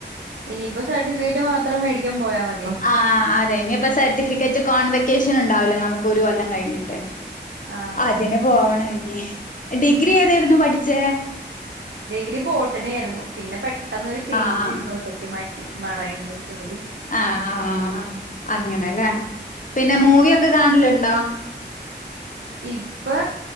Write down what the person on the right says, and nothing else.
ഇനിയിപ്പോ സർട്ടിഫിക്കറ്റ് മാത്രം മേടിക്കാൻ പോയാ മതിയോ.
ആഹ്
ഡഗിരി ബോട്ടണ ആയിരുന്നു പിന്നെ പെ പെട്ടെന്നരു ചേയിഞ്ച്
ഇങ്ങോട്ടേക്ക് മാറ്റി മറണ്ടക്കപടി
അങ്ങനെ
ഇപ്പൊ